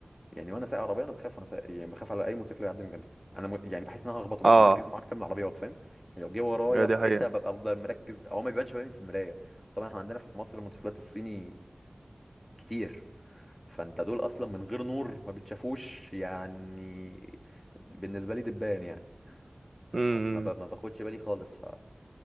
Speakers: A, on the left (about 15°); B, on the right (about 70°).
A: يعني وانا سايق عربية انا بخاف وانا سايق يعني بخاف على اي موتوسيكل يعدي من جنبي انا م... يعني بحس ان انا هخبطه ببقى
B: اه
A: مركز مع اكتر من العربيات فاهم يعني لو جه ورايا
B: إيه، دي
A: في حتة
B: حقيقة
A: ببقى افضل مركز او ما بيبانش باين في المراية طبعا احنا عندنا في مصر الموتوسيكلات الصيني كتير فانت دول اصلا من غير نور ما بتشافوش يعني بالنسبة لي دبان يعني
B: امم
A: فما ب... ما باخدش بالي خالص ف